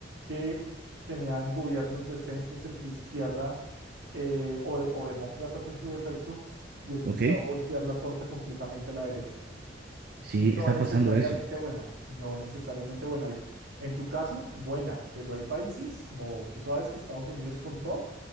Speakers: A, on the right; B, on the right.
A: que tenían gobiernos de centro, centroizquierda eh, o, de- o demócratas en su defecto. Y es
B: ¿ok?
A: que se va a voltear la torta completamente a la derecha.
B: Sí,
A: No
B: está
A: necesariamente
B: pasando eso.
A: buena, no necesariamente buena. Hay- en tu caso, buena, pero hay países, como tú sabes que Estados Unidos con Trump,